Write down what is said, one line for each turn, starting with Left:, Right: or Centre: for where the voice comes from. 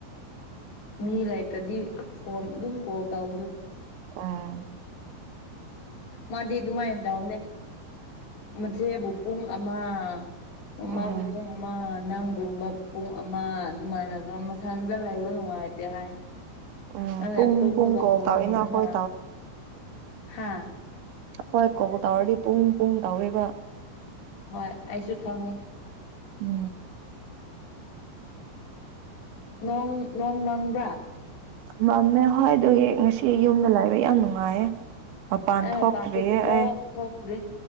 Left: ꯃꯤ ꯂꯩꯥꯏꯇ꯭ꯔꯗꯤ ꯐꯣꯟ ꯑꯗꯨꯝ ꯀꯣꯜ ꯇꯧꯕꯗꯝ
Right: ꯑꯥ
Left: ꯃꯥꯗꯤ ꯑꯗꯨꯃꯥꯏꯅ ꯇꯧꯅꯦ ꯃꯆꯦꯕꯨ ꯄꯨꯡ ꯑꯃ ꯑꯣꯃꯕꯨ
Right: ꯎꯝ
Left: ꯄꯃ ꯀꯨꯝꯕ ꯄꯨꯡ ꯑꯃ ꯑꯗꯨꯃꯥꯏꯅꯒ ꯃꯊꯟꯗ ꯂꯩꯕ ꯅꯨꯡꯉꯥꯏꯇꯦ ꯍꯥꯏ
Right: ꯎꯝ
Left: ꯑꯗꯨ
Right: ꯄꯨꯡ
Left: ꯇꯨꯝꯃꯒ
Right: ꯄꯨꯡ ꯀꯣꯜ
Left: ꯐꯣꯟ
Right: ꯇꯧꯋꯦꯅ
Left: ꯌꯦꯡꯉꯒ
Right: ꯑꯩꯈꯣꯏ
Left: ꯍꯥꯥ
Right: ꯍꯣꯏ ꯀꯣ ꯇꯧꯔꯗꯤ ꯄꯨꯡ ꯄꯨꯡ ꯇꯧꯋꯦꯕ
Left: ꯍꯣꯏ ꯑꯩꯁꯨ ꯈꯪꯉꯦ
Right: ꯎꯝ
Left: ꯅꯣꯡ ꯅꯣꯡ ꯃꯥꯡꯕ꯭ꯔꯥ
Right: ꯃꯝꯃꯦ ꯍꯣꯏ ꯑꯗꯨ ꯉꯁꯤ ꯌꯨꯝꯗ ꯂꯥꯛꯕ ꯌꯥꯝ ꯅꯨꯡꯉꯥꯏꯌꯦ ꯃꯄꯥꯟ
Left: ꯑꯩ
Right: ꯊꯣꯛꯇ꯭ꯔꯤꯌꯦ
Left: ꯃꯄꯥꯟꯁꯨ ꯊꯣꯛ
Right: ꯑꯩ
Left: ꯊꯣꯛꯇ꯭ꯔꯤ